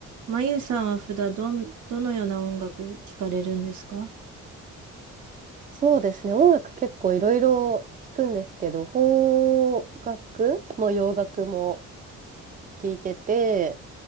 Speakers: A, on the right; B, on the right.
A: まゆさんは普段どん、どのような音楽聴かれるんですか
B: そうですね。音楽結構いろいろ聞くんですけど、邦楽も洋楽も聞いてて、